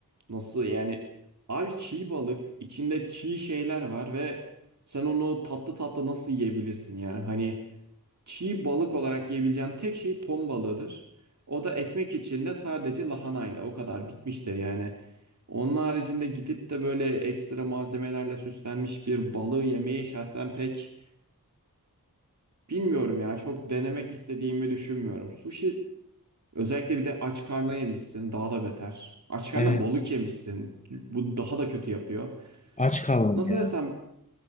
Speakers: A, on the right; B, on the left.
A: Nasıl yani? Abi çiğ balık, içinde çiğ şeyler var ve sen onu tatlı tatlı nasıl yiyebilirsin ya? Hani çiğ balık olarak yiyebileceğim tek şey ton balığıdır. O da ekmek içinde sadece lahanayla o kadar bitmiştir yani. Onun haricinde gidip de böyle ekstra malzemelerle süslenmiş bir balığı yemeyi şahsen pek bilmiyorum ya. Çok denemek istediğimi düşünmüyorum. Sushi Özellikle bir de aç karna yemişsin, daha da beter. Aç karna
B: Evet.
A: balık yemişsin. Bu daha da kötü yapıyor.
B: Aç kaldım
A: Nasıl
B: ya.
A: desem